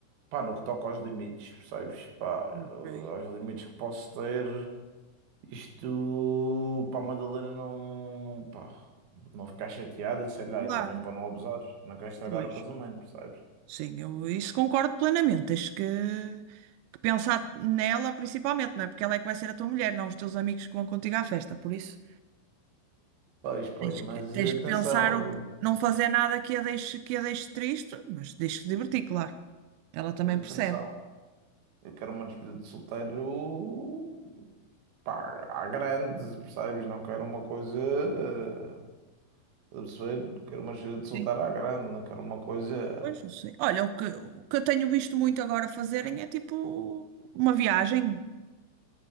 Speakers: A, on the right; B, on the right.
A: pá, no que toca aos limites, percebes? Pá,
B: ok,
A: eh, aos limites que posso ter. Isto para a Madalena não, pá, não ficar chateada, sei lá,
B: claro,
A: e também para não abusares, não queres estragar
B: pois,
A: o casamento, percebes?
B: Sim, eu isso concordo plenamente. Tens que, que pensar nela principalmente, não é? Porque ela é que vai ser a tua mulher, não os teus amigos que vão contigo à festa. Por isso,
A: Pois, pois,
B: tens
A: mas
B: que, tens
A: atenção,
B: que pensar, o-
A: eh,
B: não fazer nada que a deixe, que a deixe triste, mas deixe-te divertir, claro. Ela também
A: mas atenção,
B: percebe.
A: eu quero uma despedida de solteiro, pá, à grande, percebes? Não quero uma coisa, eh, absurda, quero uma despedida de solteiro
B: Sim.
A: à grande, não quero uma coisa.
B: Pois, eu sei. Olha, o que, o que eu tenho visto muito agora fazerem é tipo uma viagem,